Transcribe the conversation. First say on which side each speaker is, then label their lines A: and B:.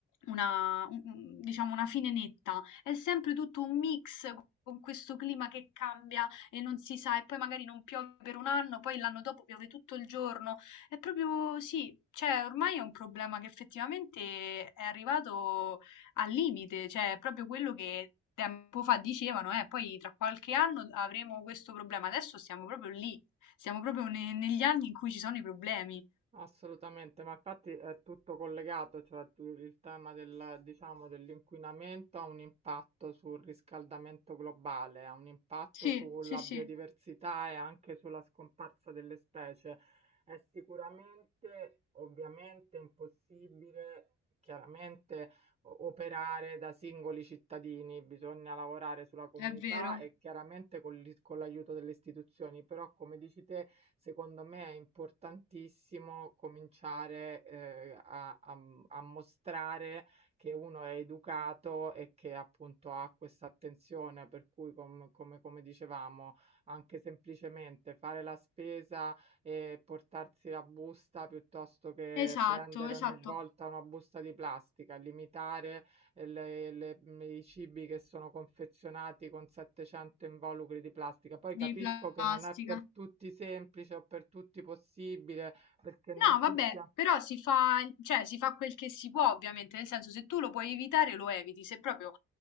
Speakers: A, on the left; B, on the right.
A: una, un- un- diciamo, una fine netta. È sempre tutto un mix con questo clima che cambia e non si sa, e poi magari non piove per un anno, poi l'anno dopo piove tutto il giorno. È proprio sì, cioè ormai è un problema che effettivamente è arrivato al limite, cioè è proprio quello che tempo fa dicevano, eh, poi tra qualche anno avremo questo problema. Adesso siamo proprio lì, siamo proprio ne- negli anni in cui ci sono i problemi.
B: Assolutamente, ma infatti è tutto collegato, cioè tu- il tema del, diciamo, dell'inquinamento ha un impatto sul riscaldamento globale, ha un impatto
A: Sì,
B: sulla
A: sì, sì,
B: biodiversità e anche sulla scomparsa delle specie. È sicuramente, ovviamente, impossibile, chiaramente o- operare da singoli cittadini, bisogna lavorare sulla comunità
A: è vero.
B: e chiaramente con l'i- con l'aiuto delle istituzioni, però come dici te, secondo me è importantissimo cominciare eh, a, a- a mostrare che uno è educato e che appunto ha questa attenzione, per cui com- come come dicevamo, anche semplicemente fare la spesa e portarsi la busta piuttosto che
A: Esatto,
B: prendere
A: esatto,
B: ogni volta una busta di plastica, limitare eh, le- le- i cibi che sono confezionati con 700 involucri di plastica. Poi capisco
A: di plastica.
B: che non è per tutti semplice o per tutti possibile, perché non
A: No, vabbè,
B: tutti hanno...
A: però si fa, cioè si fa quel che si può ovviamente, nel senso se tu lo puoi evitare lo eviti, se proprio